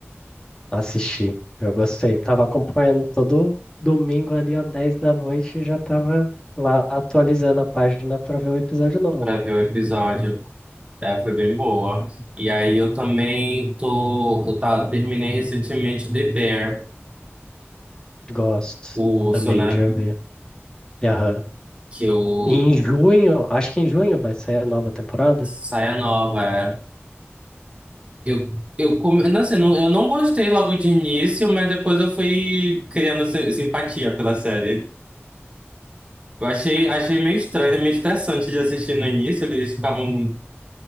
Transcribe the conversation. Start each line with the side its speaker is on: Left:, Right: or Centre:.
Left: Assisti. Eu gostei. Tava acompanhando todo domingo ali, ó, 10 da noite, e já tava lá atualizando a página pra ver o episódio novo.
Right: pra ver o episódio. É, foi bem boa. E aí eu também tô, eu tá, terminei recentemente The Bear,
Left: Gosto.
Right: o
Left: Também
Right: urso, né?
Left: já vi. Aham.
Right: Que eu
Left: E em junho, acho que em junho vai sair a nova temporada.
Right: saia nova, é. Eu, eu, come... não, assim, não, eu não gostei logo de início, mas depois eu fui criando si- simpatia pela série. Eu achei, achei meio estranho, meio estressante de assistir no início, que eles ficavam